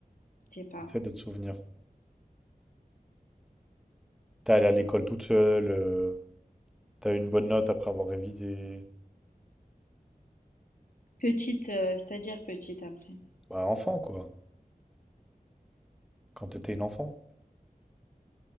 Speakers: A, on the left; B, in the centre.
A: je sais pas.
B: Essaie de te souvenir. T'es allée à l'école toute seule, euh, t'as eu une bonne note après avoir révisé.
A: Petite, heu, c'est-à-dire petite après?
B: Bah, enfant, quoi. Quand t'étais une enfant,